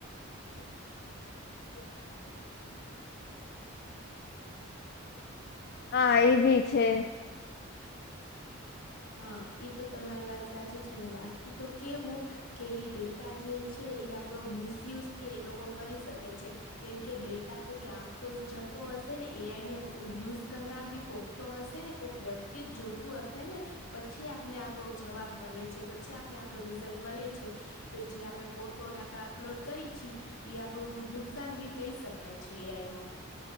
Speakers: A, on the left (about 45°); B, on the left (about 75°).
A: <inaudible> <inaudible> હા એભી છે.
B: હા એ તો તમારી વાત સાચી છે ને બાકી તો કેવું. કે ઈ ડેટા જે છે એ આપડો મિસયુઝ એ લોકો. કરી શકે છે કેમ કે ડેટા. તો ક્યાંક તો જતો હશે ને એઆઈને યુઝ કરનાર બી કોક. તો હશે ને કોઈક વ્યક્તિ જ જોતું હશે ને પછી આપને આપણો જવાબ મળ. મળે છે પછી આપને આપણું રિઝલ્ટ મળે છે તો જે આપણે ફોટોને આપણે અપલોડ કરી છી. એ આપડું નુકસાન ભી કહી શકાય છે એઆઈમાં.